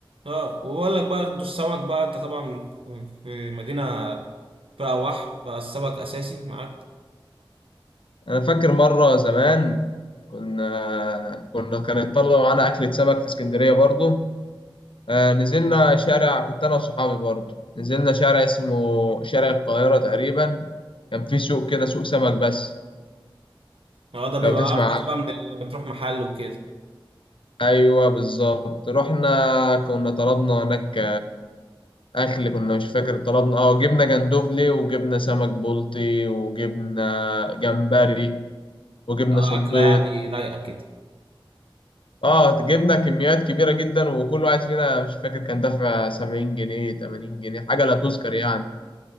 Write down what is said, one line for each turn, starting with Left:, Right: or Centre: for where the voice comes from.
Right: اه وبقول لك بقى انتوا السمك بقى انت طبعا في في مدينة فيها بحر فالسمك أساسي معاك
Left: أنا فاكر مرة زمان كنا كنا كان يطلعوا معانا أكلة سمك في اسكندرية برضه آه، نزلنا شارع كنت انا وصحابي برضه نزلنا شارع اسمه شارع القاهرة تقريبا كان في سوق كده سوق سمك بس
Right: اه ده بيبقى
Left: لو تسمع
Right: أرخص
Left: عنه.
Right: بقى من اللي بتروح محل وكده
Left: ايوه بالظبط رحنا كنا طلبنا هناك اكل كنا مش فاكر طلبنا اه جبنا جندوفلي وجبنا سمك بلطي وجبنا جمبري وجبنا
Right: آه،
Left: صبيط
Right: أكلة يعني رايقة كده
Left: اه جبنا كميات كبيرة جدا وكل واحد فينا مش فاكر كان دافع 70 جنيه 80 جنيه حاجة لا تذكر يعني